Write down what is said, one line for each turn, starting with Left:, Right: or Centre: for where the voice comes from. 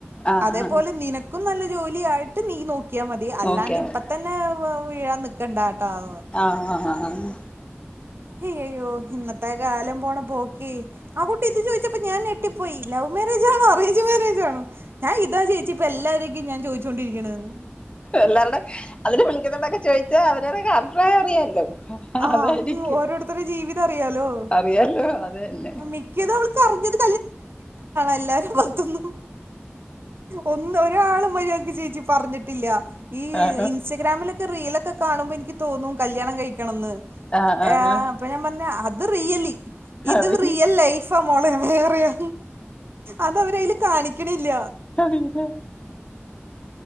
Left: ആ
Right: അതേപോലെ
Left: ആ
Right: നിനക്കും നല്ല ജോലി <unintelligible> നീ നോക്കി നോക്കിയാ മതി അല്ലാണ്ട്
Left: നോക്കിയാ മതി
Right: ഇപ്പ തന്നെ വ്വ വാ ഒഴിയനിക്ക കണ്ടാട്ടാവ്
Left: ആഹ് ആഹ് ആഹ് ആഹ്
Right: ഹയ്യയ്യോ ഇന്നത്തെ കാലം പോണ പോക്കേ ആ കുട്ടി ഇത് ചോദിച്ചപ്പ ഞാഞെട്ട് ഞെട്ടി പോയി ലവ് മാര്യേജാണോ ആണോ അറേഞ്ച് മാരേജ് ആണോ ഞാൻ ഇതാ ചേച്ചി ഇപ്പൊ എല്ലാരേക്കും ഞാൻ ചോദിച്ചോണ്ടിരിക്കണന്ന്
Left: എല്ലാരുടെ അതിനെ വിളിക്കുന്നോണ്ടൊക്കെ ചോദിച്ചാ അവരോരഭിപ്രായം അറിയാല്ലോ
Right: ആ
Left: അതായിരിക്കും
Right: ഓരോരുത്തടെ ജീവിതം അറിയാലോ
Left: അറിയാലോ അത് തന്നെ
Right: മിക്കതും അവൾക്ക് അറിഞ്ഞത് എല്ലും ഒ ഒരാും മര്യാ ചേ <unintelligible> പറഞ്ഞിട്ടില്ല ഈ
Left: ആ
Right: ഇൻസ്റ്റഗ്രാമിലൊക്കെ റീലൊക്കെ കാണുമ്പോ എനിക്ക് തോന്നും കല്യാണം കഴിയ് കയ്ക്കണെന്ന്
Left: ആ ആ
Right: എയ
Left: ആ
Right: അപ്പൊ ഞാൻ പറഞ്ഞ ഹസ് അത് റിയലി ഇത്
Left: അറിയില്ല
Right: റിയൽ ലൈഫാ മോളെേ വേറെയാ അതവരതിൽ കാണിക്കണില്ല
Left: അറിയില്ല